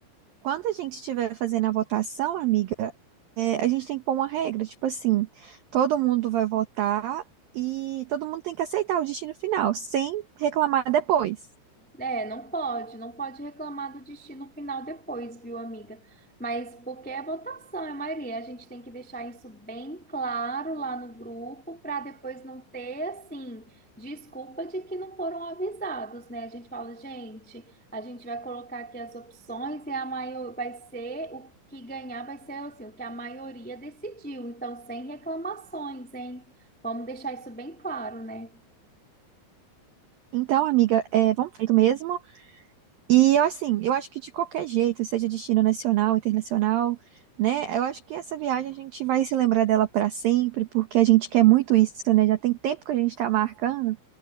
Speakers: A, on the right (about 80°); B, in the centre.
A: quando a gente estiver fazendo a votação, amiga, é, a gente tem que pôr uma regra, tipo assim, todo mundo vai votar e todo mundo tem que aceitar o destino final, sem reclamar depois.
B: É, é, não pode, não pode reclamar do destino final depois, viu, amiga? Mas porque é votação, é maioria. A gente tem que deixar isso bem claro lá no grupo para depois não ter, assim, desculpa de que não foram avisados, né? A gente fala, gente, a gente vai colocar aqui as opções e a maior vai ser o que ganhar vai ser assim, o que a maioria decidiu. Então, sem reclamações, hein? Vamos deixar isso bem claro, né?
A: Então, amiga, é, vamos feito mesmo. E eu assim, eu acho que de qualquer jeito, seja destino nacional, internacional, né? Eu acho que essa viagem a gente vai se lembrar dela para sempre, porque a gente quer muito isso, né? Já tem tempo que a gente está marcando.